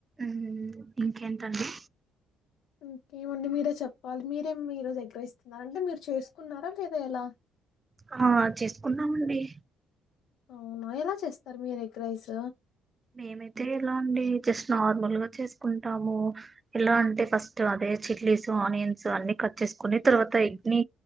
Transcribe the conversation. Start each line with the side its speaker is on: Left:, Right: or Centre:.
Right: ఉమ్ ఇంకేంటండి
Left: ఇంకేమండి మీరే చెప్పాలి మీరేం ఈ రోజు ఎగ్రైస్ స్తున్నారంటే మీరు చేసుకున్నారా లేదా ఇలా
Right: ఆ చేసుకున్నామండి
Left: అవునా ఎలా చేస్తారు మీరు ఎగ్రైస్
Right: మేమైతే ఎలా అండి జస్ట్ నార్మల్ గా చేసుకుంటాము ఎలా అంటే ఫస్ట్ అదే చిల్లీస్, ఆనియన్స్ అన్ని కట్ చేసుకుని తర్వాత ఎగ్ ని